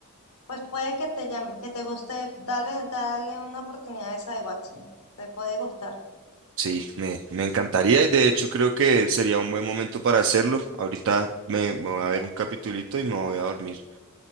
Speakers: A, on the left; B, on the right.
A: Pues puede que te llame, que te guste, dale, dale una oportunidad a esa de Watson, te puede gustar.
B: Sí, me, me encantaría y de hecho creo que sería un buen momento para hacerlo. Ahorita me, me voy a ver un capitulito y me voy a dormir.